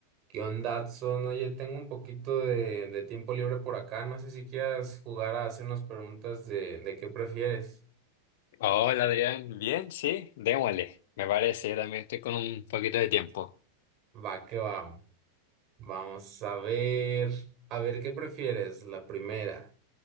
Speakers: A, on the right; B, on the left.
A: ¿Qué onda, Adson? Oye, tengo un poquito de, de tiempo libre por acá. No sé si quieras jugar a hacernos preguntas de, de qué prefieres.
B: Hola Adrián, bien, sí, démosle, me parece, yo también estoy con un poquito de tiempo.
A: Va, que va. Vamos a ver. A ver, ¿qué prefieres? La primera.